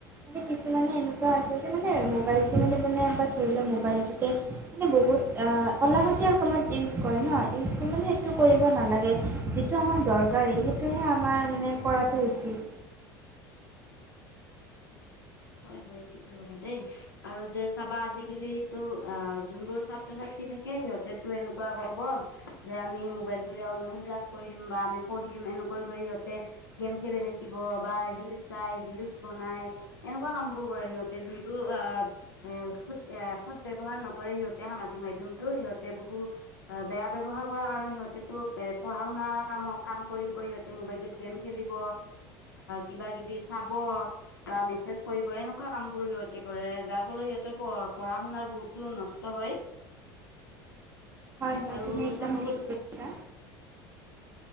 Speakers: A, on the right; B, on the left.
A: মানে কিছুমানে এনেকুৱা আছে যে মানে মোবাইলটো মানে বা ধৰি লোৱা মোবাইলটোতে মানে বহুত আ অলাগতিয়াল কামত ইউজ কৰে ন ইউজ মানে সেইটো কৰিব নালাগে যি যিটো আমাৰ দৰকাৰী সেইটোহে আমাৰ মানে কৰাটো উচিত
B: হয় হয় ঠিকে কলা দেই আৰু যে চাবা আজিকালিটো আ যোনবোৰ ছাত্ৰ ছাত্ৰী থাকে সিহঁতেতো এনেকুৱা কৰবম যে আমি মোবাইলটোৰে অনলাইন ক্লাছ কৰিম বা আমি পঢ়িম এনেকৈ কৰি সিহঁতে গেম খেলি থাকিব বা ৰিলচ চাই ৰিলচ বনাই এনেকুৱা কাম বোৰ কৰে সিহঁতে যোনটো আ এ সৎ এ সৎ ব্যৱহাৰ নকৰে সিহঁতে সামাজিক মাধ্যমটো সিহঁতে বহু অ ব্যৱহাৰ কৰাৰ কাৰণে সিহঁতেটো পঢ়া শুনাৰ কামক কাম কৰিম কৰি সিহঁতে মোবাইলটোত গেম খেলিব কিবা কিবি চাব বা মে মেচেজ কৰিব এনেকুৱা কাম বোৰ সিহঁতে কৰে যাৰ ফলত সিহঁতৰ প পঢ়া শুনাৰ বহুতো নষ্ট হয়
A: হয় হয়
B: আৰু
A: তুমি একদম
B: চাব
A: ঠিক
B: গ'ল
A: কৈছা